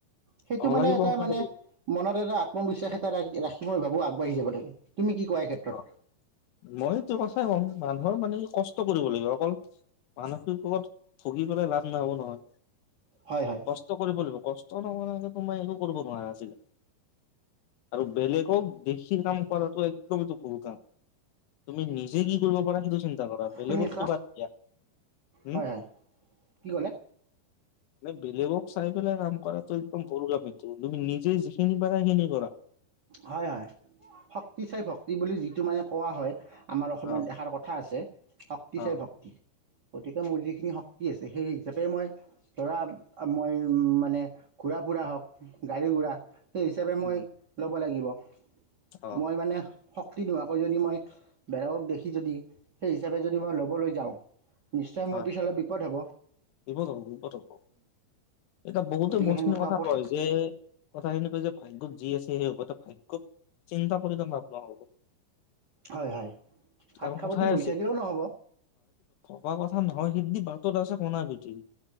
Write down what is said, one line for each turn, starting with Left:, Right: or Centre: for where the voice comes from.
Right: সেইটো
Left: হ'ব
Right: মানে
Left: লাগিব
Right: এটা
Left: সকলো
Right: মানে
Left: লাগিব
Right: মনত এটা আত্মবিশ্বাস এটা ৰাখ ৰাখি মই ভাবো আগবাঢ়ি যাব লাগে৷ তুমি কি কোৱা এই ক্ষেত্ৰত
Left: অ মই এইটো কথাই ক'ম, মানুহৰ মানে কি কষ্ ট কৰিব লাগিব অকল মানসিক ৰোগত ভুগি পেলাই লাভ নহ'ব নহয়৷
Right: হয় হয়
Left: কষ্ট কৰিব লাগিব কষ্ট৷ কষ্ট নকৰাকে তুমি একো কৰিব নোৱাৰা আজিলে, আৰু বেলেগক দেখি কাম কৰাটো এক দম টো ভুল কাম৷ তুমি নিজে কি কৰিব পাৰা সেইটো চিন্তা কৰা৷ বেলেগৰ
Right: শুনি আছা
Left: টো বাদ দিয়া উম
Right: হয় হয় কি ক'লে
Left: মানে বেলেগক চাই পেলাই কাম কৰাটো একদম ভুল কাম এইটো৷ তুমি নিজে যিখিনি পাৰা সিখিনি কৰা৷
Right: হয় হয় শক্তি চাই ভক্তি বুলি যিটো মানে কোৱা হয়, আমাৰ অসমীয়াত
Left: অ',
Right: এষাৰ কথা আছে - শক্তি
Left: অ',
Right: চাই ভক্তি৷ গতিকে মোৰ যিখিনি শক্তি আছে, সেই হিচাপে মই ধৰা মই মানে ঘুৰা-ফুৰা হওক, গাড়ী ঘোঁৰা সেই হিচাপে মই
Left: উম,
Right: লব লাগিব৷
Left: অ',
Right: মই মানে শক্তি নোহোৱাকৈ যদি মই বেলেগক দেখি যদি সেই হিচাপে যদি মই ল'বলৈ যাওঁ নিশ্চয়
Left: হয়
Right: মোৰ পিছলৈ বিপদ হ'ব
Left: বিপদ হব বিপদ হব এতিয়া বহুতে
Right: গতিকে
Left: বহুতখিনি
Right: সেনেকুৱাবোৰ
Left: কথা কয় যে কথাখিনি কয় যে যি আছে সেই হ'ব এ ভাগ্যত চিন্তা কৰি তো লাফ নহ'ব।
Right: হয়, হয়, ভাত
Left: কাৰণ
Right: খাব
Left: কথাই
Right: দি বহি থাকিলেও নহ'ব।
Left: ক কথা নহয়, সিদি বাটত আছে কনা পিটি